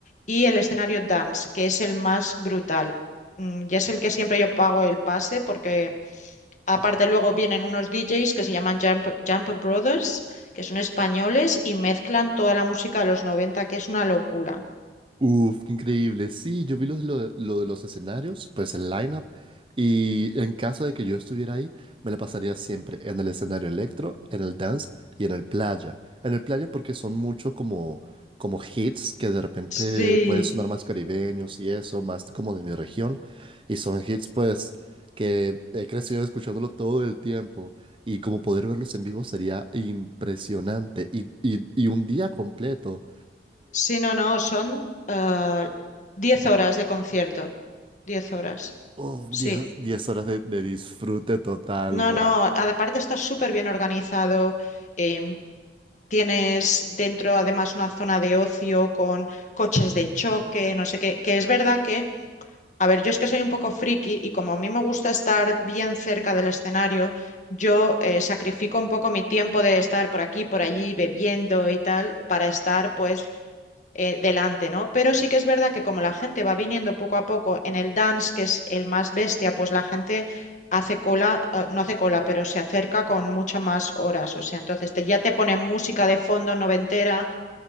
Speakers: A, on the left; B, on the right.
A: y el escenario dance, que es el más brutal. Mm, Y es el que siempre yo pago el pase porque Aparte luego vienen unos DJs que se llaman Jump, Jump Brothers, que son españoles y mezclan toda la música de los noventa que es una locura.
B: Uf, qué increíble. Sí, yo vi los- lo, de lo de los escenarios, pues el lineup. Y en caso de que yo estuviera ahí, me la pasaría siempre en el escenario electro, en el dance y en el playa. En el playa porque son muchos como, como hits que de repente
A: Sí,
B: pueden sonar más caribeños y eso, más como de mi región. Y son hits pues que he crecido escuchándolo todo el tiempo. Y como poder verlos en vivo sería impresionante. Y, y, y un día completo.
A: Sí, no, no, son eh, 10 horas de concierto. diez horas,
B: Uf,
A: sí.
B: 10 10 horas de, de disfrute total,
A: No,
B: wow.
A: no, aparte está súper bien organizado. em, tienes dentro además una zona de ocio con coches de choque, no sé qué, que es verdad que A ver, yo es que soy un poco friki y como a mí me gusta estar bien cerca del escenario, yo eh, sacrifico un poco mi tiempo de estar por aquí, por allí, bebiendo y tal, para estar pues eh, delante, ¿no? Pero sí que es verdad que como la gente va viniendo poco a poco en el dance, que es el más bestia, pues la gente hace cola, eh, no hace cola, pero se acerca con muchas más horas. O sea, entonces te- ya te ponen música de fondo noventera